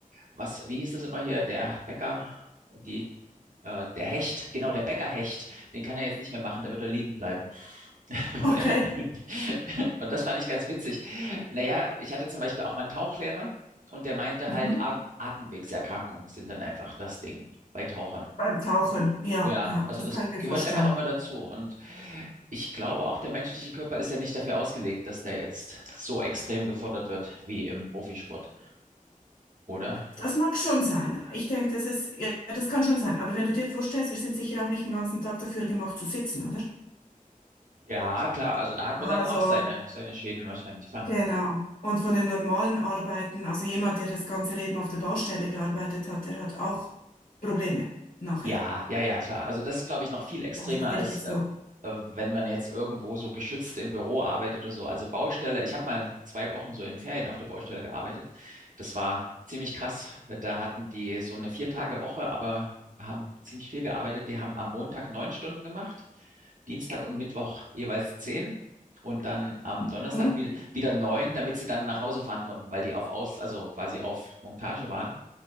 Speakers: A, on the right (about 65°); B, on the left (about 85°).
A: was, wie hieß das immer hier, der Becker, die, äh, der Hecht, genau, der Beckerhecht, den kann er jetzt nicht mehr machen, der wird da liegen bleiben. <laughs>
B: Okay.
A: Und das fand ich ganz witzig. Naja, ich hatte zum Beispiel auch mal einen Tauchlehrer und der meinte
B: Mhm.
A: halt, Atem Atemwegserkrankungen sind dann einfach das Ding bei Tauchern.
B: Beim Tauchen, ja,
A: Ja,
B: ja,
A: also
B: das
A: das
B: kann ich mir
A: gehört
B: vorstellen.
A: einfach immer dazu. Und ich glaube auch, der menschliche Körper ist ja nicht dafür ausgelegt, dass der jetzt so extrem gefordert wird wie im Profisport, oder?
B: Das mag schon sein. Ich denke, das ist, ja, das kann schon sein. Aber wenn du dir vorstellst, wir sind sicher auch nicht den ganzen Tag dafür gemacht zu sitzen, oder?
A: Ja, klar, also da hat man
B: Also,
A: dann auch seine, seine Schäden wahrscheinlich, klar.
B: genau. Und von den normalen Arbeiten, also jemand, der das ganze Leben auf der Baustelle gearbeitet hat, der hat auch Probleme nachher.
A: Ja, ja, ja, klar. Also das ist, glaube ich, noch viel extremer
B: Das ist sicher
A: als
B: so.
A: äh, äh, wenn man jetzt irgendwo so geschützt im Büro arbeitet oder so. Also Baustelle. Ich habe mal zwei Wochen so in Ferien auf der Baustelle gearbeitet. Das war ziemlich krass. Da hatten die so eine Vier-Tage-Woche, aber haben ziemlich viel gearbeitet. Die haben am Montag neun Stunden gemacht, Dienstag und Mittwoch jeweils zehn und dann am Donnerstag
B: Mhm.
A: wieder, wieder neun, damit sie dann nach Hause fahren konnten, weil die auf Aus, also quasi auf Montage waren.